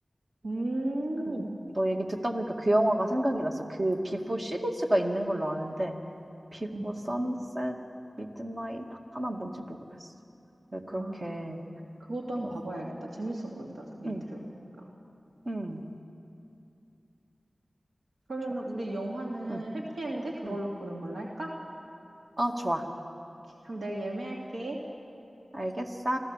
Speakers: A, on the right; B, on the right.
A: 음.
B: 그래서 너 얘기 듣다 보니까 그 영화가 생각이 났어. 그 비포 시리즈가 있는 걸로 아는데 비포
A: 응.
B: 선셋 미드나잇 하나 뭔지 모르겠어. 왜 그렇게
A: 아, 그것도 한번
B: 하더라.
A: 봐봐야겠다. 재밌어 보인다. 얘기
B: 응,
A: 들어보니까.
B: 응,
A: 그러면은
B: 좋아.
A: 우리 영화는
B: 응,
A: 해피엔드 그걸로
B: 응.
A: 보는 걸로 할까?
B: 어, 좋아.
A: 오케이, 그럼 내가 예매할게.
B: 알겠어.